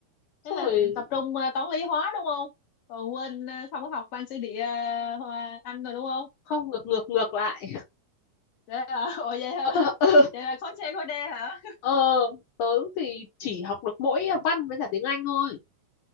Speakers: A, on the left; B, on the left.
A: Thế
B: xong
A: là
B: rồi
A: tập trung ờ, toán lý hóa đúng không? Còn quên ờ, không có học văn sử địa ờ, Hoa- Anh rồi đúng không?
B: không ngược ngược ngược lại
A: Vậy à, <laughs> Ủa vậy hả?
B: <laughs> ờ
A: Vậy là khối C khối D hả?
B: ờ, ờ, tớ thì chỉ học được mỗi văn với cả tiếng Anh thôi